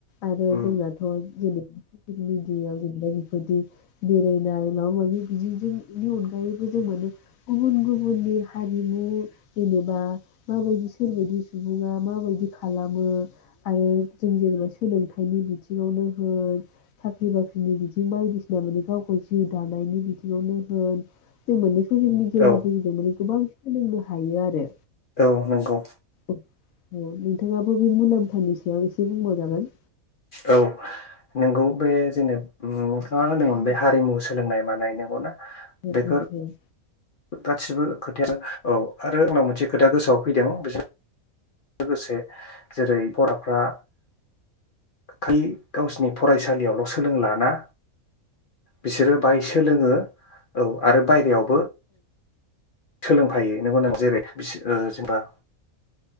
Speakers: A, on the left; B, on the left.
A: आरो
B: उम
A: जोंनाथ' बिनो। ससियेल मिडियायाव जेनेबा बेफोरदि बेरायनाय माबा माबि बिदि जोंनि अनगायैबो जों माने गुबुन गुबुननि हारिमु जेनेबा माबायदि सोरबदि सुबुङा माबायदि खालामो आरो जों जेनेबा सोलोंथाइनि बिथिंङावनो होन। साख्रि बाख्रिनि बिथिं बायदिसिना माने गावखौ जिउ दानायनि बिथिंङावनो होन जों माने ससियेल मिडियानि
B: औ
A: गेजेरजों माने गोबां। सोलोंनो हायो आरो।
B: औ नंगौ।
A: ओं नोंथांङाबो बे मुलाम्फानि सायाव एसे बुंबाव जागोन।
B: औ नोंगौ बे जेनेबा नोंथांङा होनदोंमोन बे हारिमु सोलोंनाय मानाय नंगौ ना?
A: उम
B: बेफोर
A: उम उम।
B: गासिबो खोथाया औ आरो आंनाव मोनसे खोथा गोसोआव फैदों बि लोगोसे जेरै फराफ्रा खालि गावसोरनि फरायसालियावल' सोलोंलाना। बिसोरो बाहाय सोलोङो औ आरो बाहेरायाव सोलोंफायो नंगौना जेरै बिसोर ओ जेनेबा